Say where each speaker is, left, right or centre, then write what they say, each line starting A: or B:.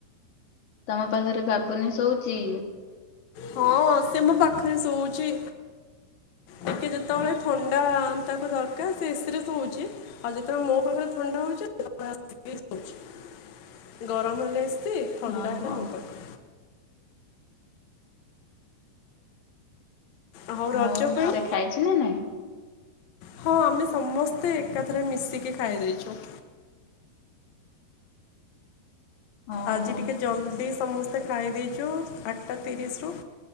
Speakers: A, on the left; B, on the left.
A: ତମ ପାଖରେ ବାବୁନି ଶୋଉଚି?
B: ହଁ ସେ ମୋ ପାଖରେ ଶୋଉଚି। ଟିକେ ଯେତେବେଳେ ଥଣ୍ଡାତାକୁ ଦରକାର ସେ ଏସିରେ ଶୋଉଚି। ଆଉ ଯେତେବେଳେ ମୋ ପାଖରେ ଥଣ୍ଡା ହଉଚି <unintelligible> ଆସିକି ଶୋଉଚି। ଗରମ ହେଲେ ଏସି ଥଣ୍ଡା
A: ଓହୋ
B: ହେଲେ ମୋ ପାଖ। ଆଉ
A: ହଉ
B: ରଜ ପାଇଁ
A: ସେ ଖାଇଚି ନା ନାଇଁ?
B: ହଁ ଆମେ ସମସ୍ତେ ଏକାଥରେ ମିଶିକି ଖାଇ ଯାଇଚୁ।
A: ଓହୋ
B: ଆଜି ଟିକେ ଜଲ୍ଦି ସମସ୍ତେ ଖାଇ ଦେଇଚୁ ଆଠଟା ତିରିଶିରୁୁ।